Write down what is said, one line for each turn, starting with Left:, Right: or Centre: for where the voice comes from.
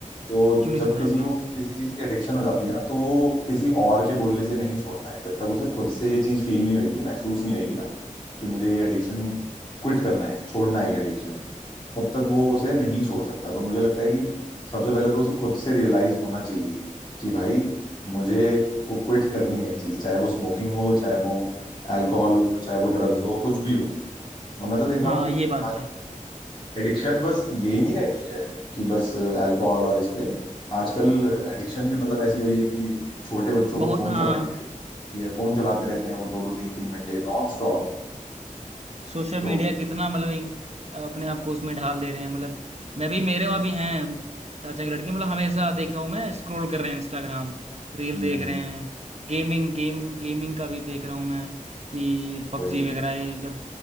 Left: तो
Right: क्यों नहीं
Left: जब
Right: समझा
Left: किसी
Right: हाँ बिल्कुल
Left: को किसी चीज की एडिक्शन हो जाती है ना तो वो किसी और के बोलने से नहीं छोड़ता है जब तक उसे खुद से ये चीज फील नहीं होगी महसूस नहीं होगी ना कि मुझे ये एडिक्शन क्विट करना है छोड़ना है ये एडिक्शन तब तक वो उसे नहीं छोड़ सकता तो मुझे लगता है कि सबसे पहले तो उसे खुद से रियलाइज होना चाहिए कि भाई मुझे को क्विट करनी है ये चीज चाहे वो स्मोकिंग हो चाहे वो अल्कोहल हो चाहे वो ड्रग्स हो कुछ भी हो और मैं तो देख रहा
Right: हाँ
Left: हूँ कि
Right: ये बात
Left: आज
Right: तो है
Left: एडिक्शन बस यही नहीं रह गई है कि बस अल्कोहल और इस पे आजकल एडिक्शन भी मतलब ऐसी हो रही है कि छोटे बच्चों
Right: बहुत
Left: को फोन
Right: हाँ
Left: चलाने की addiction की है फोन चलाते रहते हैं वो दो दो तीन तीन घंटे नॉन स्टॉप
Right: सोशल
Left: तो
Right: मीडिया कितना मतलब इन- अपने आप को उसमें ढाल दे रहे हैं मतलब मैं भी मेरे वहाँ भी हैं चाचा के लड़के मतलब हमेशा देखा हूँ मैं स्क्रॉल कर रहे हैं इंस्टाग्राम रील
Left: हम्म
Right: देख रहे हैं गेमिंग गेम गेमिंग का भी देख रहा हूँ मैं कि पबजी
Left: वही
Right: वगैरह ये जब